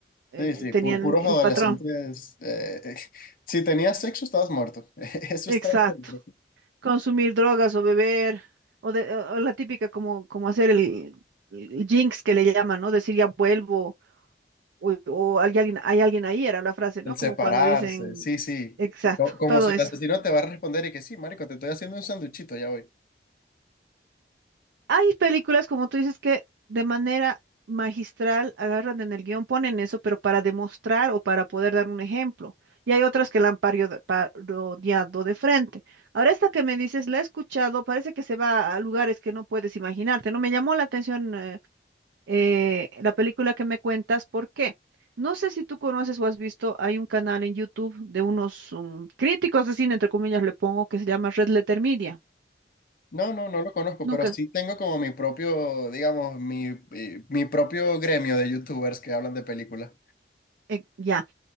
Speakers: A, on the right; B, on the left.
A: Eh,
B: Sí, sí,
A: tenían
B: por puros
A: el
B: adolescentes.
A: Oh, patrón.
B: eh, <laughs> si tenías sexo, estabas muerto. <laughs> Eso estaba
A: Exacto.
B: seguro.
A: consumir drogas o beber, o, de- o- o la típica como, como hacer el, el jinx que le llaman, ¿no? Decir ya vuelvo, o, o hay alguien, hay alguien ahí, era la frase, ¿no?
B: El
A: Como
B: separarse,
A: cuando dicen,
B: sí, sí.
A: exacto,
B: Co- Como
A: todo
B: si
A: eso.
B: el asesino te va a responder y que sí, marico, te estoy haciendo un sanduchito, ya voy.
A: Hay películas, como tú dices, que de manera magistral agarran en el guión, ponen eso, pero para demostrar o para poder dar un ejemplo. Y hay otras que la han pario- parodiado de frente. Ahora, esta que me dices, la he escuchado, parece que se va a lugares que no puedes imaginarte, ¿no? Me llamó la atención eh, eh, la película que me cuentas, ¿por qué? No sé si tú conoces o has visto, hay un canal en YouTube de unos um, críticos de cine, entre comillas le pongo, que se llama Red Letter Media.
B: No, no, no lo conozco,
A: Nunca,
B: pero sí tengo como mi propio, digamos, mi, mi, mi propio gremio de youtubers que hablan de películas.
A: eh, ya.